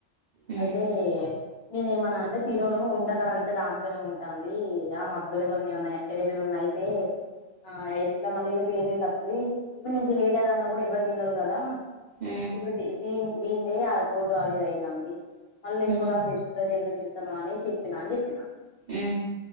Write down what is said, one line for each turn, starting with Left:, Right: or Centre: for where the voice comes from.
Right: ఉమ్
Left: అయితే నేనేమనాను అంటే తినను ఉండగల అే దాంతోనే ఉంటంది ఆ మద్దుర ఇవన్న ఉన్నాయి అరేబి మన్న అయితే ఆ ఎట్లా మళ్ళీ ఇక పేరు మీది కస్తది ఇప్పుడు నేను చేయలేదన్నా కూడా ఎవ్వరు వినరు కదా
Right: ఉమ్
Left: ఇప్పుడు ద దీ దీ దే అది కోటు అదిది అవుతుంది మళ్ళీ ఇంకో
Right: ఉమ్
Left: దాని పెట్టుకుంట ఎందుకు తిరుతా అని చెప్పినా అని చెప్పినాను
Right: ఈ